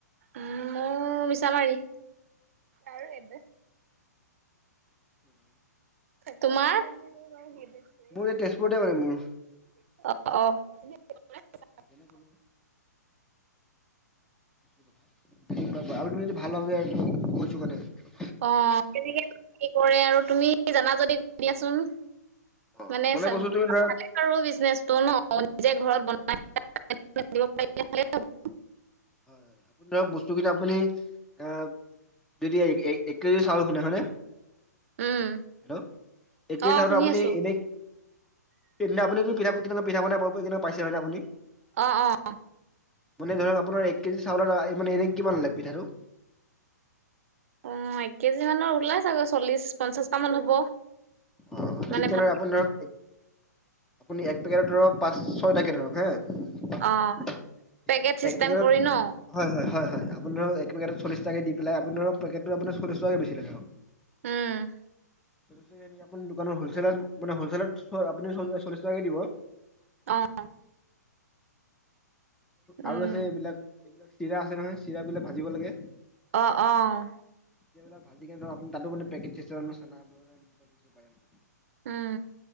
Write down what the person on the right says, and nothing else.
উম মই মিছামাৰী আৰু
তোমাৰ অহ
অহ
অহ তেনে কি কৰে আৰু তুমি জানা যদি দিয়াচোন
মানে চা
ভালে বিজনেচটো ন নিজে ঘৰত বনা পাৰে ন চ <unintelligible> লাব পাৰিলে ভালেই হব
উম,
অ',
শুনি
আছো।
অ', অ',
অহ এক কেজি মানৰ ওলাই চাগৈ চল্লিশ পঞ্চাশটা মান হ'ব
মানে
ভাল
অ', পেকেট চিষ্টেম
কৰি ন'?
উম
অ', উম,
অ', অ',
উম,